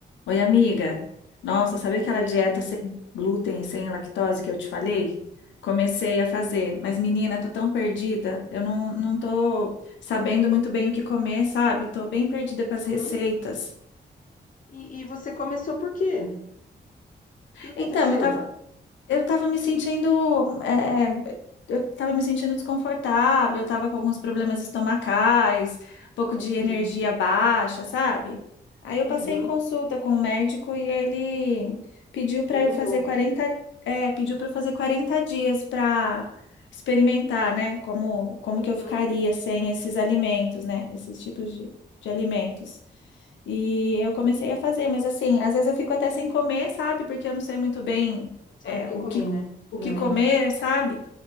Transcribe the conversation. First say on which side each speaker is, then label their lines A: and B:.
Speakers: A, on the left; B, on the left.
A: Oi, amiga. Nossa, sabe
B: Foi.
A: aquela dieta sem glúten e sem lactose que eu te falei? Comecei a fazer, mas menina, tô tão perdida. Eu não, não tô sabendo muito bem o que comer, sabe? Tô bem perdida com as
B: Uhum.
A: receitas.
B: E, e você começou por quê? O que aconteceu?
A: Então, eu tava, Eu estava me sentindo, eh, eu estava me sentindo desconfortável, eu estava com alguns problemas estomacais, um pouco
B: Ah,
A: de
B: entendi.
A: energia baixa, sabe? Aí eu
B: Uhum.
A: passei em consulta com o médico e ele pediu para
B: Orientou.
A: eu fazer 40, eh, pediu para eu fazer 40 dias para experimentar, né? Como, como
B: Uhum.
A: que eu ficaria sem esses alimentos, né? Esses tipos de, de alimentos. E eu comecei a fazer, mas assim, às vezes eu fico até sem comer, sabe? Porque eu não sei muito bem
B: Não Sabe
A: é,
B: o que
A: o
B: comer,
A: que,
B: né?
A: o
B: Né?
A: que comer, sabe?